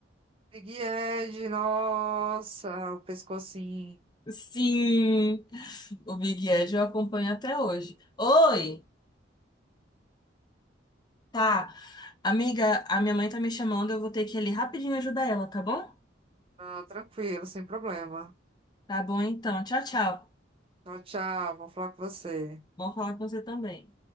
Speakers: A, on the right; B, on the left.
A: Big Ed, nossa, o pescocinho.
B: Sim, o Big Ed eu acompanho até hoje. Oi, tá. Amiga, a minha mãe tá me chamando, eu vou ter que ir ali rapidinho ajudar ela, tá bom?
A: Ah, tranquilo, sem problema.
B: Tá bom então. Tchau, tchau.
A: Tchau, tchau. Vou falar com você.
B: Bom falar com você também.